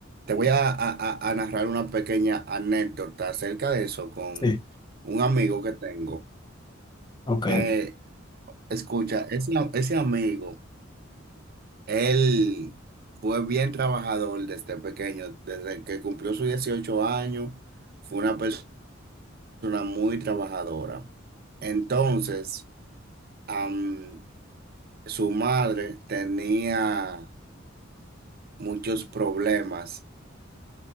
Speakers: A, on the right; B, on the left.
A: te voy a, a a- a narrar una pequeña anécdota acerca de eso con
B: Sí,
A: un amigo que tengo.
B: Ok, de
A: que Escucha, ese, ese amigo, él fue bien trabajador desde pequeño, desde que cumplió sus 18 años, fue una persona muy trabajadora. Entonces, am, su madre tenía muchos problemas